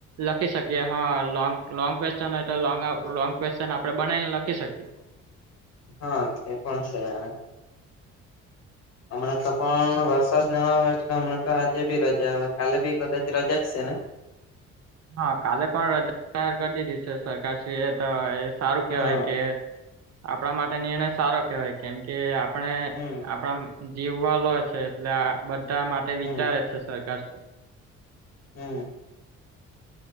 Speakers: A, on the right (about 60°); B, on the left (about 55°).
A: લખી શકીએ હા લોંગ લોંગ ક્વેશ્ચન હોય એટલે લોંગ ક્વેશ્ચન આપણે બનાવીને લખી શકીએ.
B: હા તે પણ છે, એણે હમણાં તો પણ વરસાદ <unintelligible> હમણાં તો આજે બી રજા આવે કાલે બી કદાચ રજા જ છે ને.
A: હા કાલે પણ રજા જાહેર કરી દીધી છે સરકારશ્રી એ તો એ સારું કેહેવાય
B: હા
A: કે આપણા માટે નિર્ણય સારો કેહેવાય કેમ કે અપ આપણે
B: હમ
A: આપણા જીવવાલો છે એટલે આ બધા મા
B: હમ
A: વિચાર છે સરકાર.
B: હા.